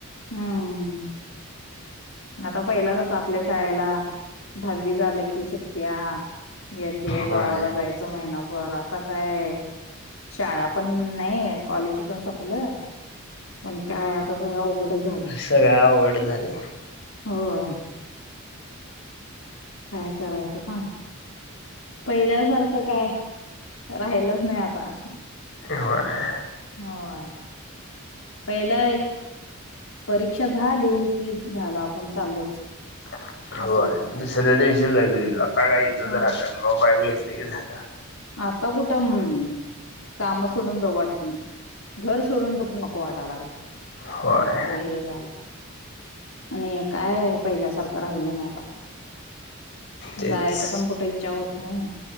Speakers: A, on the left; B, on the left.
A: हम्म आता पहिला कसा आपल्या शाळेला दहावी झाले की सुट्ट्या येते
B: होय.
A: गावाला जायच महिना बरं आता काय शाळा पण नाही कॉलेज पण सपलं पण काय आता सगळ उघडच झाले
B: सगळं अवघड झालय
A: होय ह <inaudible> काय करायचं सांग पहिल्या सारखं काय राहिलच नाही आता
B: होय
A: होय पहिला परीक्षा झाली कि झाल आपण चाललोच
B: <inaudible>
A: असं होतं
B: दुसऱ्या दिवशी जा आता काय इथं
A: हो.
B: ज आता मोबाईल घेतलं की झालं
A: आता कुठंम् काम सोडून जाऊ वाटत घर सोडून कुठे नको वाटायला लागलं
B: होय
A: एवढे हे झाले आणि काय पहिल्या सारखं राहिल नाही आता
B: तेच
A: जायच पण कुठे इच्छा होत नाही